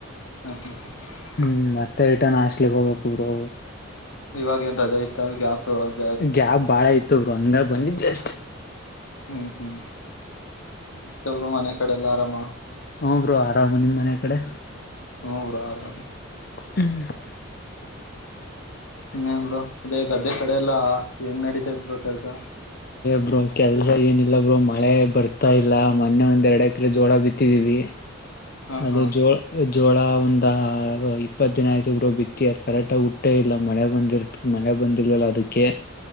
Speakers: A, on the left; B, on the left.
A: ಹಾ ಹಾ ಹಾ <inaudible>
B: ಹ್ಮ್, ಮತ್ತೆ ರಿಟರ್ನ್ ಹಾಸ್ಟಿಲಿಗೆ ಹೋಗಬೇಕು ಬ್ರೋ.
A: ಇವಾಗ ಏನ್ ರಜಾ ಇತ್ತ ಅಲ ಗ್ಯಾಪ್ ಇವಾಗ
B: ಗ್ಯಾಪ್ ಬಾಳ ಇತ್ತು ಬ್ರೋ ಅಂಗಾಗಿ ಬಂದಿನಿ ಜಸ್ಟ್
A: ಹ್ಮ್, ಹ್ಮ್ ಮತ್ತೆ ಬ್ರೋ ಮನೆ ಕಡೆ ಎಲ್ಲ ಆರಾಮ.
B: ಹ್ಮ್, ಬ್ರೋ ಆರಾಮ ನಿಮ್ಮ್ ಮನೆ ಕಡೆ
A: ಹ್ರರಾಮ <unintelligible>
B: ಹ್ಮ್ <inaudible>
A: ಇನ್ನೇನ್ ಬ್ರೋ ಅದೇ ಗದ್ದೆ ಕಡೆ ಎಲ್ಲಾ ಹೆಂಗ್ ನಡೀತದ ಬ್ರೋ ಕೆಲ್ಸ.
B: ಬ್ರೋ ಕೆಲ್ಸ ಏನಿಲ್ಲ ಬ್ರೋಮಳೆ ಬರ್ತಾ ಇಲ್ಲ ಮೊನ್ನೆ ಒಂದ್ ಎರಡು ಎಕರೆ ಜೋಳ ಬಿತ್ತಿದೀವಿ.
A: ಹ
B: ಅದು
A: ಹಾ
B: ಜೋಳ ಜೋಳ ಒಂದ ಇಪ್ಪತ್ ದಿನ ಆಯ್ತ ಗರು ಬಿತ್ತಿ ಅದ್ ಕರೆಕ್ಟ ಹುಟ್ಟೆಇಲ್ಲ ಮಳೆ ಬಂದಿರತ್ತ ಮಳೆಬಂದಿಲ್ಲವಲ್ಲ ಅದಕ್ಕೆ